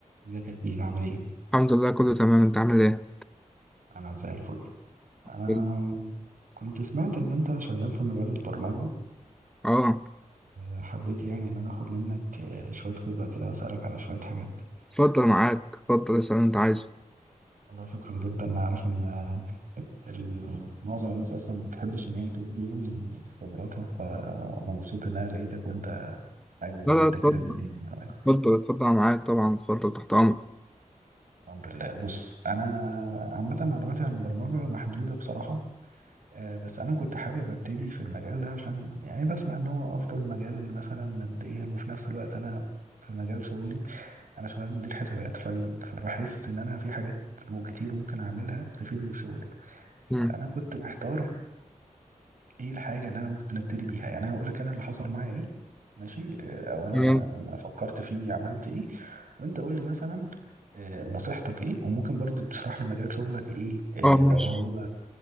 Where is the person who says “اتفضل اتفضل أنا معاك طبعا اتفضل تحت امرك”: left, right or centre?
Centre